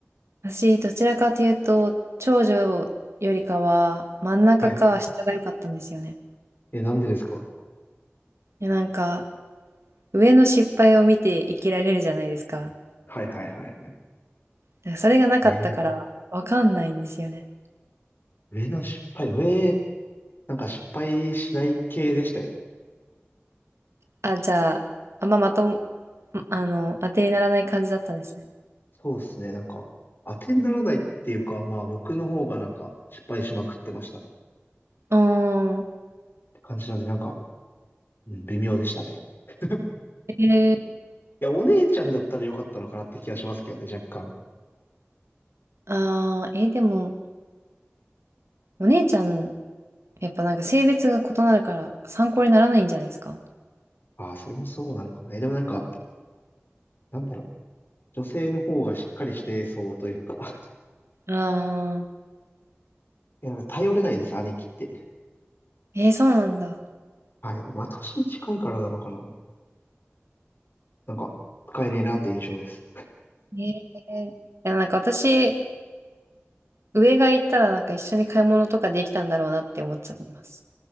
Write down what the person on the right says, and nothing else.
私、どちらかというと、長女よりかは、真ん中か下が良かったんですよね。
いや、なんか、上の失敗を見て生きられるじゃないですか。
だからそれがなかったから、
わかんないんですよね。
あ、じゃあ、あんままとも、あの、当てにならない感じだったんですね。
うーん
えー、
あー、えーでも、お姉ちゃん、やっぱなんか性別が異なるから参考にならないんじゃないですか
ああ
ー、えー、そうなんだ。
えー、いや、なんか私、上が行ったらなんか一緒に買い物とかできたんだろうなって思っちゃいます。